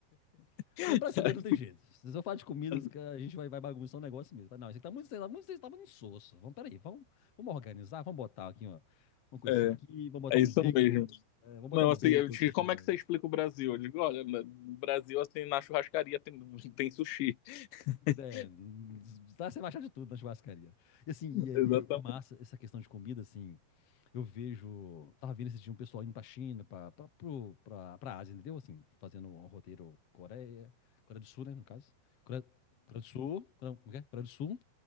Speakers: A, on the left (about 80°); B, on the left (about 45°).
A: <laughs> aí
B: No brasileiro não tem jeito. Se eu falar de comidas,
A: fica-
B: que a gente vai, vai bagunçar um negócio mesmo. Mas Não, isso aqui tá muito, tá muito, tá muito insosso. Vamos, peraí, vamos, vamos organizar, vamos botar aqui uma, uma coisinha
A: é,
B: aqui, vamos botar
A: é
B: um
A: isso
B: bacon,
A: mesmo.
B: é, vamos botar
A: Não,
B: um
A: assim,
B: bacon
A: eu digo,
B: nesse
A: como
B: negócio.
A: é que você explica o Brasil? Eu digo, olha, no Brasil, assim, na churrascaria tem, tem sushi. <laughs>
B: É, dá você vai achar de tudo na churrascaria. E assim, e é,
A: Exatamente.
B: e é é massa essa questão de comida, assim, eu vejo, tava vendo esse dia um pessoal indo pra China, pra, pra, pro, pra, pra Ásia, entendeu? Assim, fazendo um roteiro Coreia, Coreia do Sul, né, no caso. Coreia, Coreia do Sul, Coreia, como é que é? Coreia do Sul,